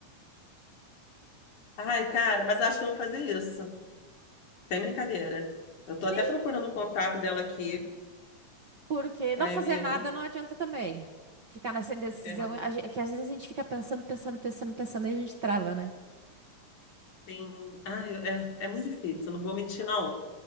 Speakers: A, on the left; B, on the right.
A: Ai, cara, mas eu acho que eu vou fazer isso. Tem brincadeira. Eu
B: <laughs>
A: tô até procurando o contato dela aqui.
B: Porque não
A: Ai,
B: fazer
A: amiga.
B: nada não adianta também. Ficar nessa indecisão,
A: É,
B: a gen- é que às vezes a gente fica pensando, pensando, pensando, pensando e a gente trava, né?
A: tem... Ai, eu- é, é muito difícil, não vou mentir, não.